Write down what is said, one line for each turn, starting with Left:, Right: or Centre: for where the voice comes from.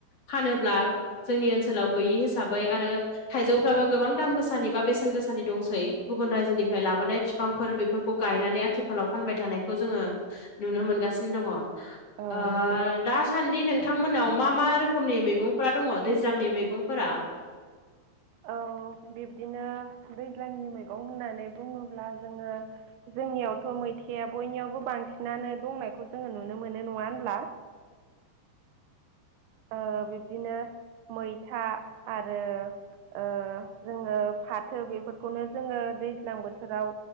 Left: फानोब्ला जोंनि ओनसोलाव गैयि हिसाबै आरो थाइजौफ्राबो गोबां दाम गोसानि बा बेसेन गोसानि दंसै गुबुन रायजोनिफ्राय लाबोनाय फि फांफोर बेफोरखौ गायनानै आथिखालाव फानबाय थानायखौ जोङो नुनो मोनगासिनो दङ।
Right: औ
Left: ओ
Right: नंगौ
Left: दास सान्दि नोंथांमोनाव मा मा रोखोमनि मैगंफोरा दंङ दैज्लांनि मैगंफोरा?
Right: औ बिब्दिनो दैज्लांनि मैगं होननानै बुंङोब्ला जोङो जोंनियावथ' मैथाया बयनियावबो बांसिनानो दंनायखौ जोङो नुनो मोनो नङा होनब्ला? ओ बिब्दिनो मैथा आरो ओ जोङो फाथो बेफोरखौनो जोङो दैज्लां बोथोराव